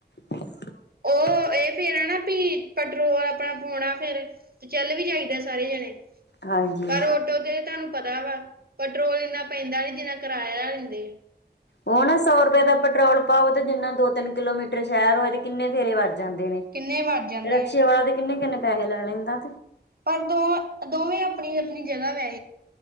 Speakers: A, on the left; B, on the right.
A: <inaudible>
B: ਓ ਏ ਫੇਰ ਐ ਨਾ ਭੀ ਪਟਰੋਲ ਆਪਣਾ ਪਾਉਣਾ ਫੇਰ ਤੇ ਚੱਲ ਵੀ ਜਾਈਦੈ ਸਾਰੇ ਜਣੇ।
A: ਹਾਂਜੀ
B: ਪਰ ਔਟੋ ਤੇ ਤਾਂ ਪਤਾ ਵਾ, ਪੈਟਰੋਲ ਇੰਨਾ ਪੈਂਦਾ ਨੀ, ਜਿੰਨਾ ਕਰਾਇਆ ਲੈਂਦੇ।
A: ਓ ਨਾ ਸੌ ਰੁਪਏ ਦਾ ਪੈਟਰੋਲ ਪਾਓ ਤੇ ਜਿੰਨਾ ਦੋ-ਤਿੰਨ ਕਿਲੋਮੀਟਰ ਸ਼ਹਿਰ ਹੋਏ ਤੇ ਕਿੰਨੇ ਫੇਰੇ ਵੱਜ ਜਾਂਦੇ ਨੇ।
B: ਕਿੰਨੇ ਵੱਜ ਜਾਂਦੇ
A: ਰਕਸ਼ੇ
B: ਆ
A: ਵਾਲਾ ਤੇ ਕਿੰਨੇ ਕਿੰਨੇ ਪੈਹੇ ਲੈ ਲੈਂਦਾ।
B: ਪਰ ਦੋ ਦੋਵੇਂ ਆਪਣੀ- ਆਪਣੀ ਜਗ੍ਹਾ <unintelligible> ਨਾ।